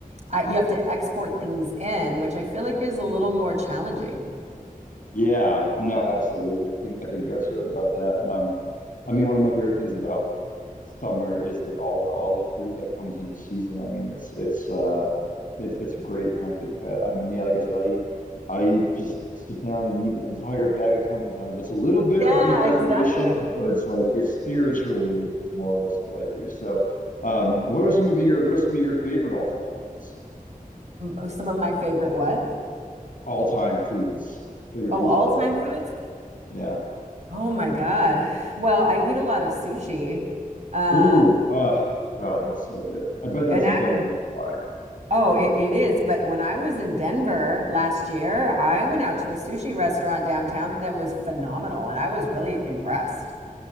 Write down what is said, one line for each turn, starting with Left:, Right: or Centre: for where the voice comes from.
Right: I, you have to export things in, which I feel like is a little more challenging.
Left: Yeah, no, absolutely. I think I think you're absolutely right about that. And um, I mean, one of my favorite things about summer is like all the all the fruit that comes into season. I mean, it's it's uh it's it's great. And I think that I mean, yeah, like I said, I eat I eat- just sit down and eat an entire bag of clementines. That's a little bit
Right: Yeah,
Left: of an exaggeration,
Right: exactly.
Left: but it's like it's spiritually it's, it's more or less what I do. So, um, what are some of your what are some of your favorite all-time foods?
Right: m- uh, some of my favorite what?
Left: All-time foods, favorite
Right: Oh,
Left: foods
Right: all-time
Left: of all time.
Right: foods?
Left: Yeah.
Right: Oh my God. Well, I eat a lot of sushi. Uh,
Left: Ooh, ah, God, that's so good. I bet that's
Right: and
Left: incredible
Right: act
Left: in Hawaii.
Right: oh, it, it is. But when I was in Denver last year, I went out to a sushi restaurant downtown that was phenomenal, and I was really impressed.